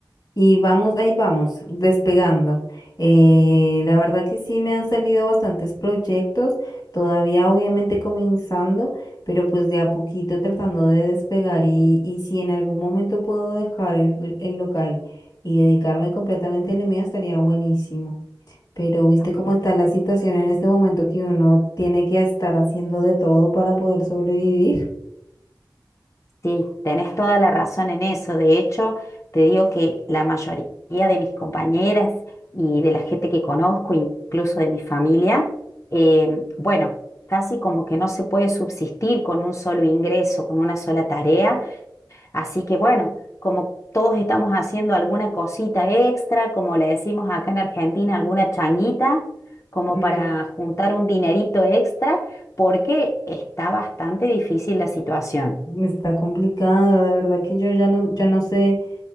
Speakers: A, on the left; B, on the left.
A: Y vamos, ahí vamos, despegando. Eh, la verdad que sí me han salido bastantes proyectos, todavía obviamente comenzando, pero pues de a poquito tratando de despegar y, y si en algún momento puedo dejar el, el local y dedicarme completamente a lo mío, estaría buenísimo. Pero viste
B: Ah,
A: cómo está la
B: sí.
A: situación en este momento que uno tiene que estar haciendo de todo para poder sobrevivir.
B: Sí, tenés toda la razón en eso. De hecho, te digo que la mayoría de mis compañeras y de la gente que conozco, incluso de mi familia, em, bueno, casi como que no se puede subsistir con un solo ingreso, con una sola tarea. Así que bueno, como todos estamos haciendo alguna cosita extra, como le decimos acá en Argentina, alguna changuita, como
A: Mm.
B: para juntar un dinerito extra, porque está bastante difícil la situación.
A: Está complicado, la verdad que yo ya no, ya no sé,